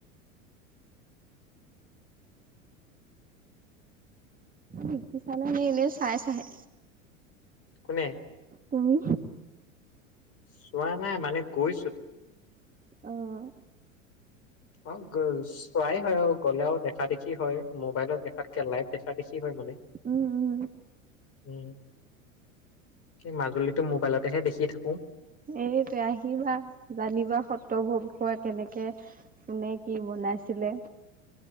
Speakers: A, on the right (about 20°); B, on the left (about 35°).
A: শিকিছা নে নে এনে চাইছা হে?
B: কোনে?
A: তুমি?
B: চোৱা নাই মানে গৈছো।
A: অহ।
B: অ', চোৱাই হয় আৰু গ'লেও দেখা দেখি হয়। মোবাইলত দেখাতকে লাইভ দেখা দেখি হয় মানে।
A: উম উম
B: উম, সেই মাজুলীটো মোবাইলতেহে দেখি থাকো।
A: এইটোৱে, আহিবা, জানিবা। সত্ৰবোৰ বিষয়ে কেনেকে কোনে কি বনাইছিলে।